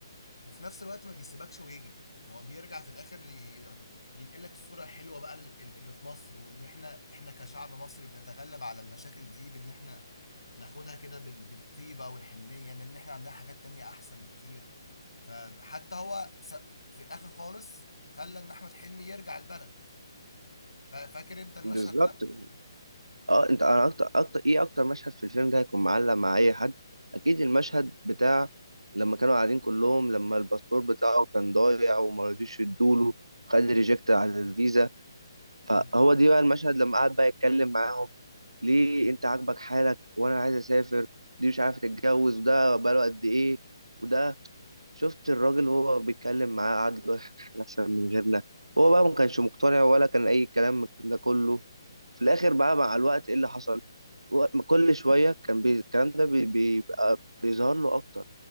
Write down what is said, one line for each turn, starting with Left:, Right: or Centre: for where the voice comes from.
Left: وفي نفس الوقت ما بيسيبكش ويجري يعني هو بيرجع في الاخر ي- ينقل لك الصوره الحلوه بقى ال- ال- اللي في مصر وان احنا احنا كشعب مصري بنتغلب على المشاكل دي بان احنا ناخدها كده بال- بالطيبه والحنيه لان احنا عندنا حاجات تانية احسن بكتير فحتى هو س- في اخر خالص خلى ان احمد حلمي يرجع البلد فا- فاكر انت المشهد
Right: بالظبط
Left: ده؟
Right: اه انت انا اكتر اكتر ايه اكتر مشهد في الفيلم ده هيكون معلق مع اي حد اكيد المشهد بتاع لما كانوا قاعدين كلهم لما الباسبور بتاعه كان ضايع وما رضيوش يدوله خد ريجكت على الفيزا فهو
Left: مم.
Right: دي بقى المشهد لما قعد بقى يتكلم معاهم ليه انت عاجبك حالك وانا عايز اسافر دي مش عارفه تتجوز وده بقاله قد ايه وده شفت الراجل وهو بيتكلم معاه قعد يقول احنا احسن من غيرنا هو بقى ما كانش مقتنع ولا كان اي كلام من ده كله في الاخر بقى مع الوقت ايه اللي حصل و- كل شويه كان بي... الكلام ده بي... بيبقى بيظهر له اكتر